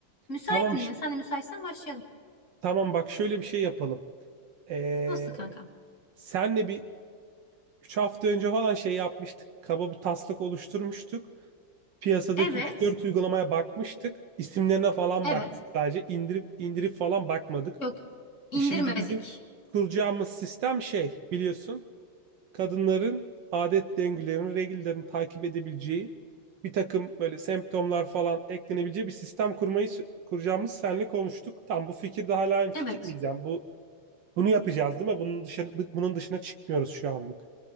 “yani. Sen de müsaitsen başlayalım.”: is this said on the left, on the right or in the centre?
Left